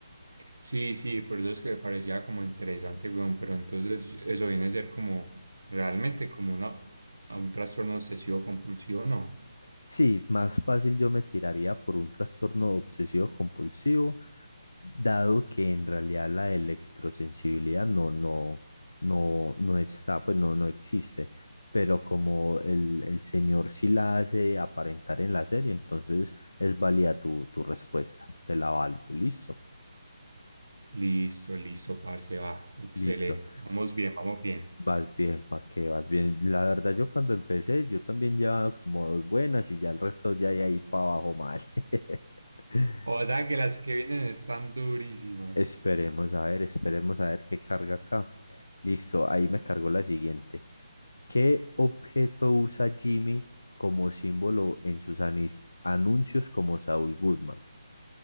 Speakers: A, on the right; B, on the left.
A: Sí, sí, por eso es que me parecía como interesante, weón. Pero entonces eso viene a ser como realmente como una, a un trastorno obsesivo compulsivo, ¿no?
B: Sí, más fácil yo me tiraría por un trastorno obsesivo compulsivo, dado que en realidad la electrosensibilidad no, no, no, no está, pues no, no existe. Pero como el, el señor sí la hace aparentar en la serie, entonces es válida tu, tu respuesta. Te la valgo. Listo.
A: Listo, listo, parce, va. Excelente.
B: Listo.
A: Vamos bien, vamos bien.
B: Vas bien, ¿para qué? Vas bien. La verdad, yo cuando empecé, yo también llevaba como dos buenas y ya el resto ya de ahí para abajo mal. <laughs>
A: O sea que las que vienen están durísimas.
B: Esperemos a ver, esperemos a ver qué carga acá. Listo, ahí me cargó la siguiente. ¿Qué objeto usa Jimmy como símbolo en sus ani- anuncios como Saul Goodman?